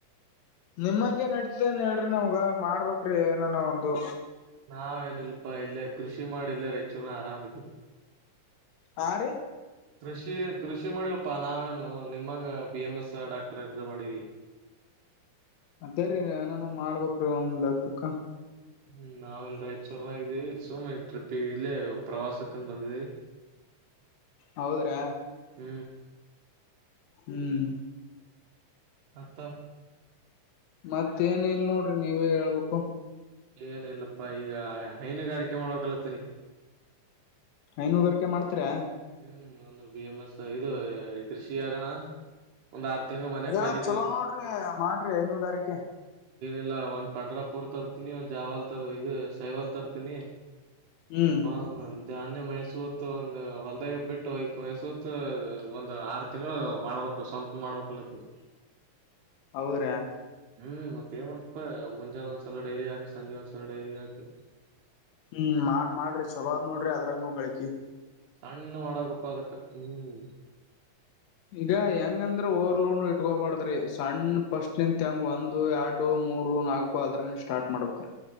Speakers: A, on the left; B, on the right.
A: ನಿಮ್ಮಂಗೆ ನಡತಿದೆನ್ ಹೇಳ್ರಿ ನಾವ್ಗ ಮಾಡ್ಬೇಕ್ರಿ ಏನನ ಒಂದು.
B: ನಾವೇಏನಿಲ್ಪಾ ಇಲ್ಲೇ ಕೃಷಿ ಮಾಡಿಲ್ಲ ರೈಚೂರು ಆರಾಮಿದಿ
A: ಹ ರೀ
B: ಕೃಷಿ ಕೃಷಿ ಮಾಡವಪ್ಪಾ ನಾವೇನು ನಿಮ್ಮಂಗ ಬಿ ಎಂ ಎಸ್ ಡಾಕ್ಟರ್ ಎ್ರ ಮಾಡೀವಿ <inaudible>
A: ಅದೇ ರೀ ಏನನು ಮಾಡ್ಬೇಕ್ರೀ ಒಂದ್ ಲಕ್ಕಕ್ಕ
B: ಹ್ಮ್ ನಾವ ಇಲ್ ರಾಯಚೂರ್ನಾಗಿದ್ದೀವಿ ಇಲ್ಲಿ ಸುಮ ಟ್ರಿಪ್ಿಗೆ ಇಲ್ಲಿ ಪ್ರವಾಸಕ್ಕಂದ ಬಂದಿದೆವಿ <inaudible>
A: ಹೌದ್ರಾ
B: ಹ್ಮ್
A: ಹ್ಮ್
B: ಅತ್ತ
A: ಮತ್ತೇನ್ ಇಲ್ ನೋಡ್ರಿ ನೀವೆ ಹೇಳ್ಬೇಕು
B: ಏನ ಇಿಲ್ಲಪ್ಪಾ ಈಗ ಹೈನುಗಾರಿಕೆ ಮಾಡ್ಬೇಕಕ್ಲತ್ತೀನಿ
A: ಐನುೂಗಾರಿಕೆ ಮಾಡ್ತರಾ
B: ಹ್ಮ್ ಒಂದು ಬಿ ಎಂ ಎಸ್ ಇದು ಕೃಷಿ ಆಗೋಣ ಒಂದ ಆರ್ ತಿಂಗಳು ಮನೆ
A: ಅದೆಲ್ಲ
B: ಖಾಲಿ
A: ಚಲೋ ನೋಡ್ರಿ ಮಾಡ್ರಿ ಐನೂರುಗಾರಿಕೆ
B: ಇಲ್ಲ ಒಂದ್ ಪಂಡ್ರಾಪುರ್ ತರ್ತೀನಿ ಒಂದ್ ಜಾವಲ್ ತರ ಇದು ಸೈವಾಲ್ ತರ್ತೀನಿ
A: ಹ್ಮ್
B: ಹ ನ್ಯ ಮೈಸೂತ್ತು ಒಂದು ಹೊಲ್ ದಯ ಬಿಟ್ಟುಕಯಸತ್ ಒಂದ್ ಆರು ತಿಂಗಳು ಮಾಡ್ಬೇಕ ಸ್ವಂತ ಮಾಡ್ಬೇಕಲ್ಲತ್ತ <inaudible>
A: ಹೌದ್ರಾ
B: ಹ್ಮ್ ಮತ್ತ ಏನ್ ಮಾಡತಪ ಮುಂಜಾನೆ ಒಂದ್ಸಲ ಡೈರಿ ಹಾಕಿ ಸಂಜೆ ಒಂದ್ಸಲ ಡೈರಿ ಹಾಕಿ
A: ಹ್ಮ್ ಮಾಡ ಮಾಡ್ರಿ ಚಲೋ ಅ ಆದ್ ನೋಡ್ರಿ ಅದ್ರಾಗ ನೂ ಗಳಿಕಿ
B: ಸಣ್ಣು ಮಡಗ ಪದುಕ್ಕೆ ಹ್ಮ್
A: ಈಗ ಹೆಂಗಂದ್ರ ಓರ್ಲೋ ಇಟ್ಕೋಬಾರ್ದ್ರಿ ಸಣ್ಣ ಪಫಸ್ಟ್ ನಿಂತತ್ ಹೆಂಗ ಒಂದು ಎರಡು ಮೂರು ನಾಲ್ಕು ಅದ್ರ ಸ್ಟಾರ್ಟ್ ಮಾಡ್ಬೇಕ್ರೀ